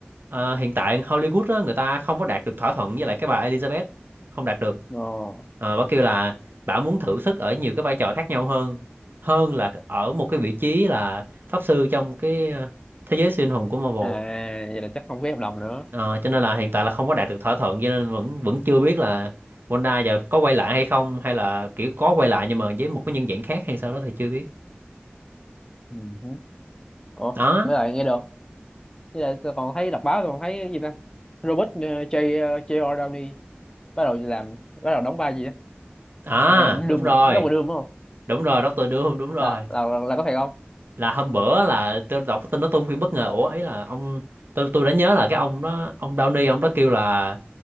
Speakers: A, on the right; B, on the left.
A: ờ, hiện tại Hollywood á, người ta không có đạt được thỏa thuận với lại cái bà Elizabeth không đạt được
B: ờ.
A: Ờ, bà kêu là bà muốn thử sức ở nhiều cái vai trò khác nhau hơn hơn là ở một cái vị trí là pháp sư trong cái ờ, thế giới siêu anh hùng của Marvel
B: à vậy là chắc không ký hợp đồng nữa
A: Ờ, cho nên là hiện tại là không có đạt được thỏa thuận cho nên vẫn vẫn chưa biết là Wanda giờ có quay lại hay không hay là kiểu có quay lại nhưng mà với một cái nhân dạng khác hay sao đó thì chưa biết.
B: ừ. ủa
A: Đó,
B: với lại nghe được với lại tôi còn thấy đọc báo tôi còn thấy cái gì ta Robert ờ, J ờ, J.R. Downey bắt đầu làm bắt đầu đóng vai gì
A: à
B: bài Doom
A: đúng rồi,
B: mà đâu mà Doom đúng không
A: đúng rồi Doctor Doom <laughs> đúng
B: là
A: rồi.
B: là là có thiệt không
A: Là hôm bữa là tôi đọc cái tin nó tung phim bất ngờ ủa ấy là ông tôi tôi đã nhớ là cái ông đó ông Downey ông đó kêu là,